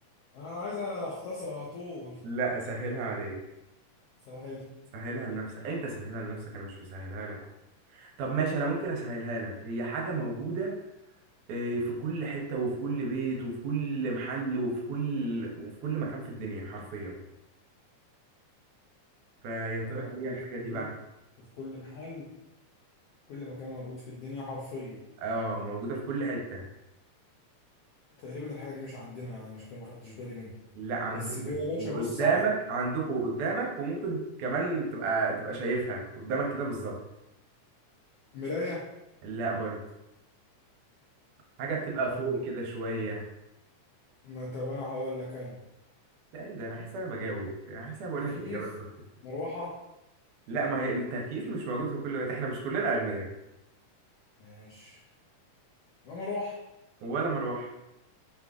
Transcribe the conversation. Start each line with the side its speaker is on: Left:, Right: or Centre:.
Left: انا عايز اختصر على طول
Right: لا اسهلها عليك
Left: سهل
Right: سهلها لنفسك انت سهلها لنفسك انا مش مسهلها لك طب ماشي انا ممكن اسهلها لك هي حاجة موجودة إيه، في كل حتة وفي كل بيت وفي كل محل وفي كل وفي كل مكان في الدنيا حرفيا فيا ترى
Left: حاجة موجودة
Right: ايه هي الحاجة
Left: في كل
Right: دي
Left: بيت
Right: بقى
Left: وفي كل محل كل مكان موجود في الدنيا حرفيا
Right: اه موجودة في كل حتة
Left: تقريبا الحاجة دي مش عندنا يعني أنا عشان كده ما خدتش بالي منها
Right: لا عندكم
Left: بس يا باشا
Right: وقدامك
Left: بص عادي
Right: عندكم وقدامك وممكن كمان تبقى تبقى شايفها قدامك كده بالظبط
Left: مراية
Right: لا برضه حاجة بتبقى
Left: طيب
Right: فوق كده شوية
Left: ما طب أنا هقول لك أنا
Right: لا ايه ده انا حاسس إن انا بجاوب يعني حاسس إن انا بقول
Left: تكييف
Right: لك الاجابات بس
Left: مروحة
Right: لا ما هي التكييف مش موجود في كل بيت احنا مش كلنا اغنياء
Left: ماشي يبقى مروحة
Right: ولا مروح